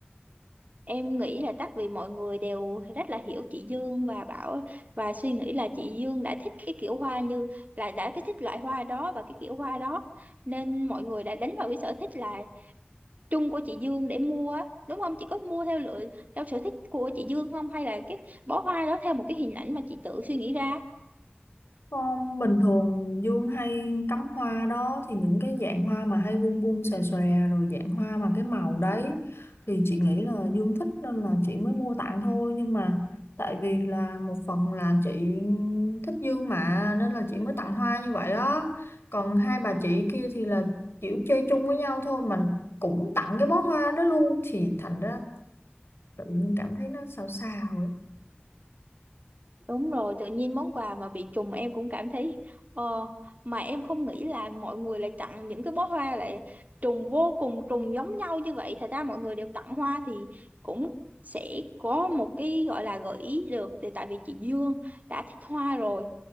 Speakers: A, on the right; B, on the left.
A: Em nghĩ là chắc vì mọi người đều rất là hiểu chị Dương và bảo và suy nghĩ là chị Dương đã thích cái kiểu hoa như là đã cái thích loại hoa đó và cái kiểu hoa đó nên mọi người đã đánh vào cái sở thích là chung của chị Dương để mua á. đúng không? Chị có mua theo lựa theo sở thích của chị Dương không hay là cái bó hoa đó theo một cái hình ảnh mà chị tự suy nghĩ ra?
B: Con bình thường Dương hay cắm hoa đó thì những cái dạng hoa mà hay bung bung xòe xòe rồi dạng hoa mà cái màu đấy thì chị nghĩ là Dương thích nên là chị mới mua tặng thôi nhưng mà tại vì là một phần là chị thích Dương mà nên là chị mới tặng hoa như vậy đó còn hai bà chị kia thì là kiểu chơi chung với nhau thôi mà cũng tặng cái bó hoa đó luôn thì thành ra tự nhiên cảm thấy nó sao sao ấy.
A: Đúng rồi, tự nhiên món quà mà bị trùng em cũng cảm thấy ờ, mà em không nghĩ là mọi người lại tặng những cái bó hoa lại trùng vô cùng trùng giống nhau như vậy. Thật ra mọi người đều tặng hoa thì cũng sẽ có một cái gọi là gợi ý được thì tại vì chị Dương đã thích hoa rồi